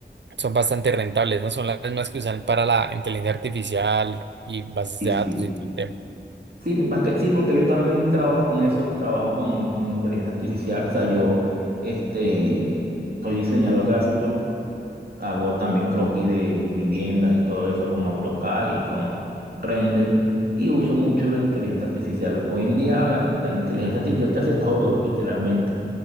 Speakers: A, on the right (about 70°); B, on the right (about 55°).
A: son bastante rentables, ¿no? Son las mismas que usan para la inteligencia artificial y bases
B: sí,
A: de datos
B: sí.
A: y todo el tema.
B: Sí, más que- sí, porque yo también trabajo con eso, trabajo con, con inteligencia artificial. O sea, yo este, soy diseñador gráfico, hago también croquis de viviendas y todo eso con AutoCAD y con Render y uso mucho la inteligencia artificial. Hoy en día la, la inteligencia artificial te hace todo, literalmente,